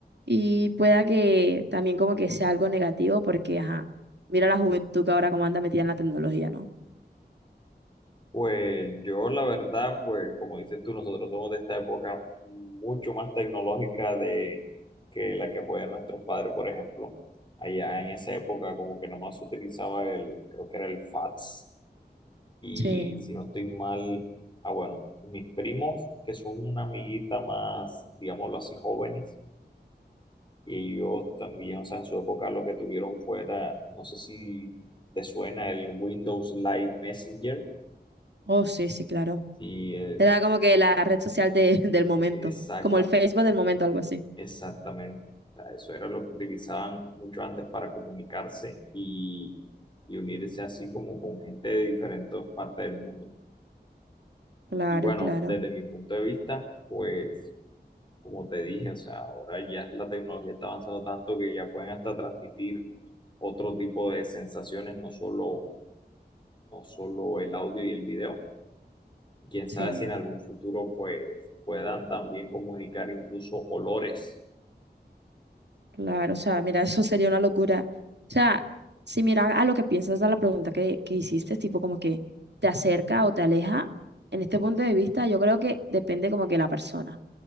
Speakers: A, on the right (about 85°); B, on the left (about 25°).
A: Y pueda que también como que sea algo negativo porque, ajá, mira la juventud que ahora como anda metida en la tecnología, ¿no?
B: Pues yo la verdad, pues como dices tú, nosotros somos de esta época mucho más tecnológica de que la que juegan nuestros padres, por ejemplo. Allá en esa época como que nomás se utilizaba el, creo que era el fax y
A: Sí.
B: si no estoy mal, ah bueno, mis primos que son una amiguita más, digámoslo así, jóvenes y ellos también, o sea, en su época lo que tuvieron fuera, no sé si te suena el Windows Live Messenger.
A: Oh, sí, sí, claro.
B: Sí, eh,
A: Era como que la red social de- <laughs> del momento,
B: exactamente.
A: como el Facebook del momento, algo así.
B: Exactamente. O sea, eso era lo que utilizaban mucho antes para comunicarse y, y unirse así como con gente de diferentes partes del mundo.
A: Claro,
B: Y bueno,
A: claro.
B: desde mi punto de vista, pues como te dije, o sea, ahora ya la tecnología está avanzando tanto que ya pueden hasta transmitir otro tipo de sensaciones, no solo, no solo el audio y el video. Quién sabe
A: Sí.
B: si en algún futuro pues puedan también comunicar incluso olores
A: Claro, o sea, mira, eso sería una locura. O sea, si mira a lo que piensas, a la pregunta que, que hiciste, tipo como que te acerca o te aleja, en este punto de vista, yo creo que depende como que la persona